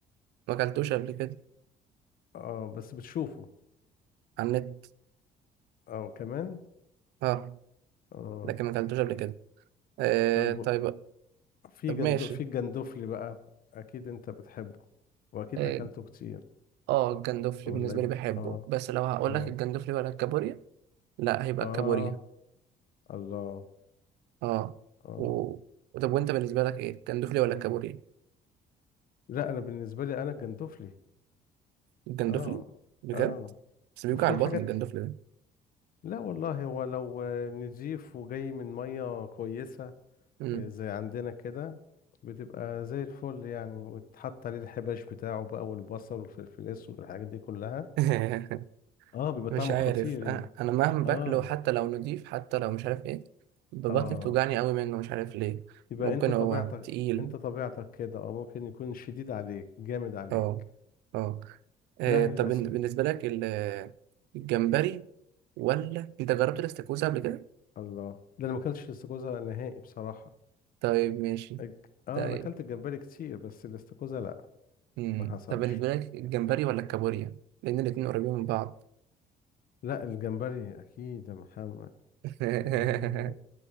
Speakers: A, on the right; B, on the left.
A: ما اكلتوش قبل كده
B: اه بس بتشوفه
A: على النت
B: اه كمان
A: اه
B: اه
A: لكن ما اكلتوش قبل كده آه
B: طب
A: طيب
B: في
A: طب
B: جندو
A: ماشي
B: في الجندوفلي بقى أكيد أنت بتحبه وأكيد
A: اه
B: أكلته كتير
A: آه، الجندوفلي
B: ولا
A: بالنسبة
B: إيه
A: لي بحبه
B: اه
A: بس لو هقول
B: اه
A: لك الجندوفلي ولا الكابوريا لا هيبقى
B: اه
A: الكابوريا
B: الله
A: اه
B: اه
A: و... طب وانت بالنسبة لك ايه الجندوفلي ولا الكابوريا
B: لا انا بالنسبه لي انا الجندفلي
A: الجندوفلي
B: اه
A: بجد
B: اه
A: بس بيوجع
B: وفي
A: البطن
B: حاجات
A: الجندوفلي ده
B: لا والله هو لو آه، نضيف وجاي من ميه كويسه
A: مم.
B: آه، زي عندنا كده بتبقى زي الفل يعني وتحط عليه الحباش بتاعه بقى والبصل والفلفل الاسود والحاجات دي كلها
A: <laughs>
B: اه بيبقى
A: مش
B: طعمه
A: عارف
B: خطير
A: أ-
B: يعني
A: انا مهما
B: اه
A: باكله حتى لو نضيف حتى لو مش عارف ايه ببطني
B: اه
A: بتوجعني قوي منه مش عارف ليه
B: يبقى
A: ممكن
B: انت طبيعتك
A: هو تقيل
B: انت طبيعتك كده اه ممكن يكون شديد عليك جامد عليك
A: اه اه آه،
B: لا
A: طب
B: هي
A: بن-
B: الأسم...
A: بالنسبه لك ال- الجمبري ولا انت جربت الاستاكوزا قبل كده
B: الله ده انا ما اكلتش الاستاكوزا نهائي بصراحه
A: طيب ماشي
B: الج- اه
A: طيب
B: انا اكلت الجمبري كتير بس الاستاكوزا لا
A: مم.
B: ما حصلش
A: طب بالنسبه لك الجمبري ولا الكابوريا لان الاتنين قريبين من بعض
B: لا الجمبري اكيد يا محمد
A: <laughs>
B: اه